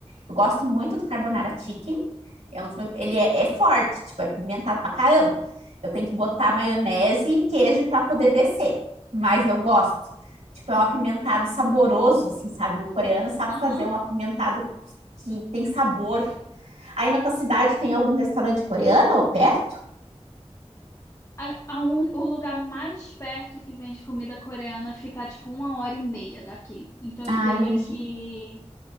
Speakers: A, on the right; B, on the left.
A: Eu gosto muito do carbonara chicken. É um dos meus- ele é, é forte, tipo, é pimentado pra caramba. Eu tenho que botar maionese e queijo para poder descer. Mas eu gosto. Tipo, é um apimentado saboroso, assim, sabe? O coreano sabe
B: Aham.
A: fazer um apimentado que tem sabor. Aí na tua cidade tem algum restaurante coreano ou perto?
B: A- a un- o lugar mais perto que vende comida coreana fica tipo uma hora e meia daqui. Então
A: Ah,
B: eu teria
A: é longe.
B: que